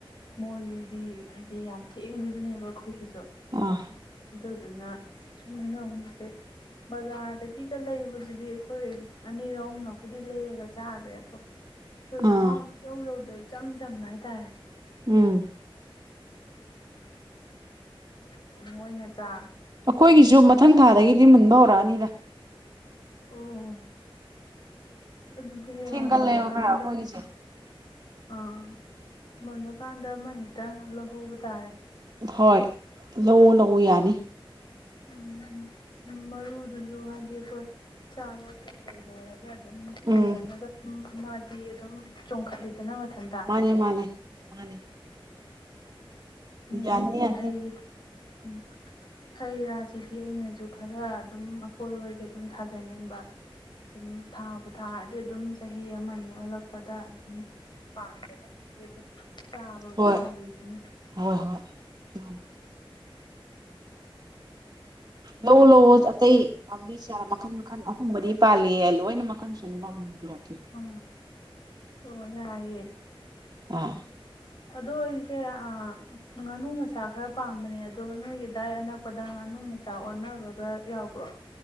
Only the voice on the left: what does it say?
ꯃꯣꯏꯁꯤꯗꯤ ꯍꯥꯏꯗꯤ ꯌꯥꯝ ꯊꯦꯡꯕꯤꯗꯨꯅꯦꯕ ꯑꯩꯈꯣꯏ ꯒꯤꯖꯨ
ꯑꯗꯨꯅ ꯁꯨꯝ ꯍꯩꯅꯧ ꯑꯃꯨꯟꯕꯁꯦ ꯕꯖꯥꯔꯗꯒꯤꯒ ꯂꯩꯕꯁꯤꯗꯤ ꯑꯩꯈꯣꯏ ꯑꯅꯤꯔ ꯑꯍꯨꯝꯂꯛꯄꯨꯗꯤ ꯂꯩꯔꯒ ꯆꯥꯈ꯭ꯔꯦ ꯑꯗꯣ ꯑꯩꯈꯣꯏ
ꯃꯍꯥꯎꯁꯦ ꯏꯧ ꯌꯧꯗꯩ ꯏꯆꯝ ꯆꯝꯕ ꯍꯥꯏꯇꯥꯔꯦ
<inaudible> ꯃꯣꯏꯅ ꯆꯥ
ꯑꯣ ꯑꯗꯨꯗꯤ
ꯃꯨꯜꯂꯀꯥꯟꯗ
ꯑꯝ ꯃꯨꯜꯂꯀꯥꯟꯗ ꯑꯃ ꯅꯤꯇꯪ ꯂꯧꯍꯧꯕ ꯇꯥꯔꯦ
ꯎꯝ ꯃꯔꯨꯗꯨꯁꯨ ꯍꯥꯏꯗꯤ ꯑꯩꯈꯣꯏ ꯆꯥꯕ ꯀꯩꯀꯩ ꯂꯣꯏꯔꯒ ꯒ ꯑꯗꯨꯝ ꯄꯨꯨꯟꯖꯜꯂꯒ
ꯑꯗꯨꯝ ꯃꯥꯗꯤ ꯑꯗꯨꯝ ꯆꯣꯡꯈꯠꯂꯤꯗꯅ ꯃꯊꯟꯇ
ꯍꯥꯏꯗꯤ
ꯍꯩ ꯎꯝ ꯍꯩ ꯔꯥꯁꯤꯗꯤ ꯑꯩꯅꯁꯨ ꯈꯔ ꯑꯗꯨꯝ ꯑꯀꯣꯏꯕꯗ ꯑꯗꯨꯝ ꯊꯥꯖꯅꯤꯡꯕ ꯑꯗꯨꯝ ꯊꯥꯕꯨ ꯊꯥꯔ ꯑꯗꯨꯝ ꯆꯍꯤ ꯑꯃꯅꯤ ꯑꯣꯜꯂꯛꯄꯗ ꯑꯗꯨꯝ ꯄꯥꯟꯗꯅ <inaudible> ꯑꯗꯨꯝ ꯆꯥꯕ ꯑꯗꯨꯝ
ꯍꯧꯋꯤꯁꯤꯅꯦ
ꯑ ꯑꯣ ꯌꯥꯏꯌꯦ
ꯑꯗꯣ ꯑꯩꯁꯦ ꯑꯥ ꯉꯥꯅꯨ ꯃꯆꯥ ꯈꯔ ꯄꯥꯝꯕꯅꯦ ꯑꯗꯣ ꯅꯣꯏꯒꯤ ꯗꯥꯏ ꯑꯅꯛꯄꯗ ꯉꯥꯅꯨ ꯃꯆꯥ ꯑꯣꯟꯅꯕꯒ ꯌꯥꯎꯕ꯭ꯔꯣ꯫